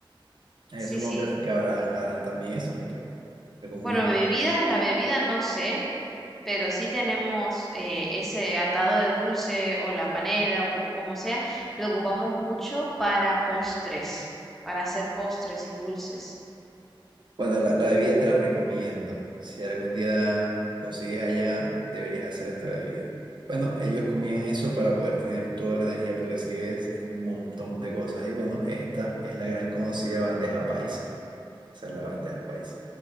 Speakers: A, on the right (about 60°); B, in the centre.
A: Ah,
B: Sí,
A: Yo supongo
B: sí.
A: que, que habrán, harán también eso, porque bueno, algo muy
B: Bueno,
A: delicioso.
B: bebida, la bebida no sé, pero sí tenemos eh, ese atado de dulce o la panela o o como sea. Lo ocupamos mucho para postres, para hacer postres y dulces.
A: Bueno, la, la bebida te la recomiendo. Si algún día consigues allá, deberías hacer esta bebida. Bueno, ellos comían eso para poder tener toda la energía, porque si ves, es un montón de cosas. Y bueno, esta es la gran conocida bandeja paisa. Esa es la bandeja paisa.